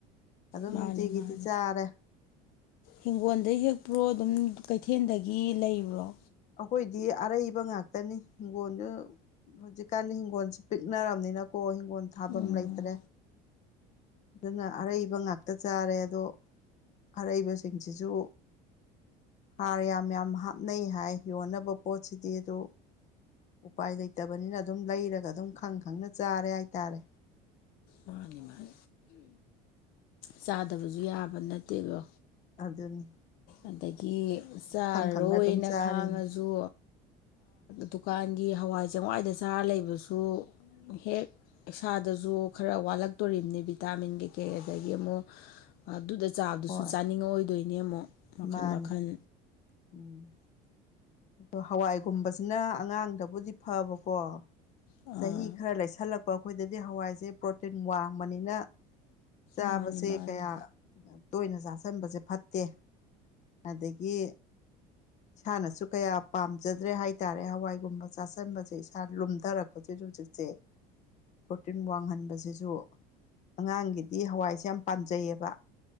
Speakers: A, on the left; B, on the left.
A: ꯑꯗꯨꯝ
B: ꯃꯥꯅꯦ
A: ꯅꯨꯡꯇꯤꯒꯤꯗꯤ
B: ꯃꯥꯅꯦ
A: ꯆꯥꯔꯦ
B: ꯍꯤꯡꯒꯣꯜꯗꯩ ꯍꯦꯛꯄ꯭ꯔꯣ ꯑꯗꯨꯝ ꯀꯩꯊꯦꯜꯗꯒꯤ ꯂꯩꯕ꯭ꯔꯣ
A: ꯑꯩꯈꯣꯏꯗꯤ ꯑꯔꯩꯕ ꯉꯥꯛꯇꯅꯤ ꯍꯤꯡꯒꯣꯣꯟꯁꯨ ꯍꯧꯖꯤꯛꯀꯥꯟ ꯍꯤꯡꯒꯣꯜꯁꯦ ꯄꯤꯛꯅꯔꯕꯅꯤꯅꯀꯣ ꯍꯤꯡꯒꯣꯜ ꯊꯥꯐꯝ
B: ꯎꯝ
A: ꯂꯩꯇ꯭ꯔꯦ ꯑꯗꯨꯅ ꯑꯔꯩꯕ ꯉꯥꯛꯇ ꯆꯥꯔꯦ ꯑꯗꯣ ꯑꯔꯩꯕꯁꯤꯡꯁꯤꯁꯨ ꯍꯥꯔ ꯌꯥꯝ ꯌꯥꯝ ꯍꯥꯞꯅꯩ ꯍꯥꯏ ꯌꯣꯟꯅꯕ ꯄꯣꯠꯁꯤꯗꯤ ꯑꯗꯨ ꯎꯄꯥꯏ ꯂꯩꯇꯕꯅꯤꯅ ꯑꯗꯨꯝ ꯂꯩꯔꯒ ꯑꯗꯨꯝ ꯈꯪ ꯈꯪꯅ ꯆꯥꯔꯦ ꯍꯥꯏꯇꯥꯔꯦ
B: ꯃꯥꯅꯤ ꯃꯥꯅꯤ ꯆꯥꯗꯕꯁꯨ ꯌꯥꯕ ꯅꯠꯇꯦꯗꯣ
A: ꯑꯗꯨꯗ
B: ꯑꯗꯒꯤ ꯆꯥꯔꯔꯣꯏꯅ
A: ꯈꯪꯅ ꯑꯗꯨꯝ ꯆꯥꯔꯤꯅꯤ
B: ꯈꯥꯡꯉꯁꯨ ꯗꯨꯀꯥꯟꯒꯤ ꯍꯋꯥꯏ ꯆꯦꯡꯋꯥꯏꯗ ꯆꯥꯔ ꯂꯩꯕꯁꯨ ꯍꯦꯛ ꯏꯁꯥꯗꯁꯨ ꯈꯔ ꯋꯥꯠꯂꯛꯇꯣꯔꯤꯕꯝꯅꯤ ꯚꯤꯇꯥꯃꯤꯟ ꯀꯩꯀꯩ ꯑꯗꯒꯤ ꯑꯗꯒꯤ ꯑꯃꯨꯛ ꯑꯗꯨꯗ ꯆꯥꯕꯗꯨꯁꯨ
A: ꯍꯣꯏ
B: ꯆꯥꯅꯤꯡꯉꯛꯑꯣꯏꯗꯣꯏꯅꯦ ꯑꯃꯨꯛ ꯃꯈꯟ
A: ꯃꯥꯅꯤ
B: ꯃꯈꯟ
A: ꯎꯝ ꯑꯗꯣ ꯍꯋꯥꯏꯒꯨꯝꯕꯁꯤꯅ ꯑꯉꯥꯡꯗꯕꯨꯗꯤ ꯐꯕꯀꯣ
B: ꯑꯥ
A: ꯆꯍꯤ ꯈꯔ ꯂꯩꯁꯜꯂꯛꯄ ꯑꯩꯈꯣꯏꯗꯗꯤ ꯍꯋꯥꯏꯁꯦ ꯄ꯭ꯔꯣꯇꯤꯟ ꯋꯥꯡꯕꯅꯤꯅ ꯆꯥꯕꯁꯦ
B: ꯃꯥꯅꯤ ꯃꯥꯅꯤ
A: ꯀꯌꯥ ꯇꯣꯏꯅ ꯆꯥꯥꯁꯟꯕꯁꯦ ꯐꯠꯇꯦ ꯑꯗꯒꯤ ꯏꯁꯥꯅꯁꯨ ꯀꯌꯥ ꯄꯥꯝꯖꯗ꯭ꯔꯦ ꯍꯥꯏꯇꯥꯔꯦ ꯍꯋꯥꯏꯒꯨꯝꯕ ꯆꯥꯥꯁꯟꯕꯁꯦ ꯏꯁꯥ ꯂꯨꯝꯊꯔꯛꯄꯗ ꯨꯖꯤꯁꯦ ꯄ꯭ꯔꯣꯔꯇꯤꯟ ꯋꯥꯡꯍꯟꯕꯁꯤꯁꯨ ꯑꯉꯥꯡꯒꯤꯗꯤ ꯍꯋꯥꯏꯁꯦ ꯌꯥꯝ ꯄꯥꯝꯖꯩꯑꯕ